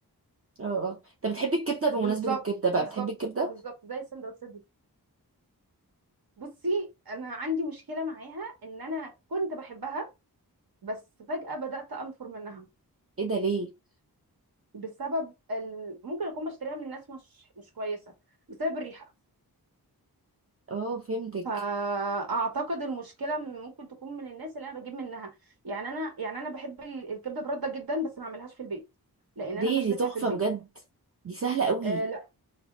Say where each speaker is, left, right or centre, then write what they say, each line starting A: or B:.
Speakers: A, on the right (about 35°); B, on the right (about 65°).
A: اه اه طب بتحبي الكبده بمناسبه
B: بالظبط
A: الكبده بقى
B: بالظبط
A: بتحبي الكبده
B: بالظبط زي السندوتشات دي بصي انا عندي مشكله معاها ان انا كنت بحبها بس فجاه بدات انفر منها
A: ايه ده ليه
B: بسبب ال... ممكن اكون بشتريها من ناس مش مش كويسه بسبب الريحه
A: اه فهمتك
B: فاعتقد المشكله من- ممكن تكون من الناس اللي انا بجيب منها يعني انا يعني انا بحب ال- الكبده برده جدا بس ما اعملهاش في البيت لان
A: ليه
B: انا فاشله
A: دي تحفه
B: فيها في البيت
A: بجد دي سهله قوي
B: آه،